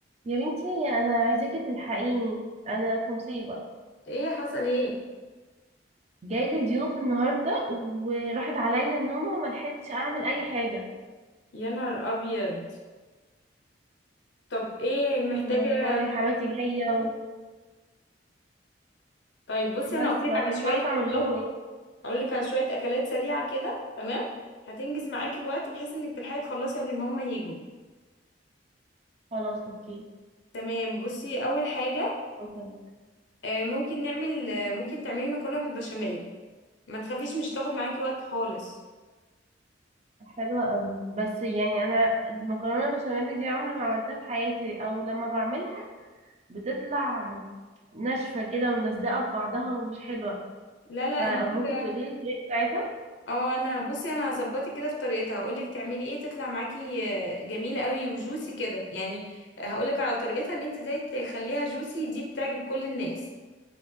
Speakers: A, on the right; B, on the left.
A: يا بنتي انا عايزاكي تلحقيني انا في مصيبه
B: ايه حصل ايه
A: جايلي ضيوف النهارده وراحت عليا نومه وما لحقتش اعمل اي حاجه
B: يا نهار ابيض طب ايه محتاجه
A: والله حماتي جايه و...
B: طيب بصي انا
A: بس
B: هقولك
A: بقى
B: على
A: فمش
B: شويه
A: عارفه
B: اكلات
A: اعمل لهم ايه
B: هقولك على شويه اكلات سريعه كده تمام هتنجز معاكي الوقت بحيث انك تلحقي تخلصي قبل ما هما يجوا
A: خلاص اوكي
B: تمام بصي اول حاجه
A: ممكن
B: آه، ممكن نعمل آه، ممكن تعملي مكرونه بالبشاميل ما تخافيش مش تاخد معاكي وقت خالص
A: حلوه قوي بس يعني انا المكرونه البشاميل دي عمري ما عملتها في حياتي او لما بعملها بتطلع ناشفه كده وملزقه في بعضها ومش حلوه
B: لا لا
A: فممكن
B: انت كده
A: تقولي لي الطريقه بتاعتها
B: اه انا بصي انا هظبطك كده في طريقتها هقولك تعملي ايه تطلع معاكي آه، جميله قوي وجوسي كده يعني آه، هقولك على طريقتها ان انت ازاي تخليها جوسي دي بتعجب كل الناس